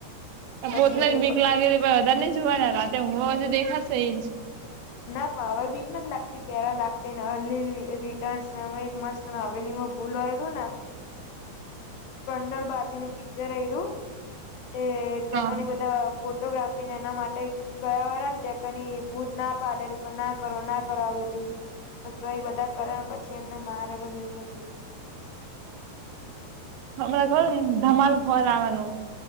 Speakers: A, on the left (about 80°); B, on the right (about 85°).
A: પછી
B: પોતના જ
A: એક
B: બીક લાગે છે ભાઈ તને જોવાના રાતે હુંગમા બધું દેખાશે એ જ.
A: ના પણ હવે બીક નથી લાગતી ત્યારે લાગતી લીલી રિટસના માં એક મસ્ત હાવેલીમાં ભૂલાય <unintelligible> <unintelligible> કરનડ બાજુનું પી જ્યારે આયરૂ તે
B: હા
A: ત્યાંના ની બધા ફોટોગ્રાફી એના માટે ગયા વાર તે કની બૂુત ના પારેડુ પણ ના કરોના કરા વ અતુ તો એ બધા કરે પછી એમને મારે ને એવું બધું.
B: હમણાં ખબર ધમાલ ફર આવવાનું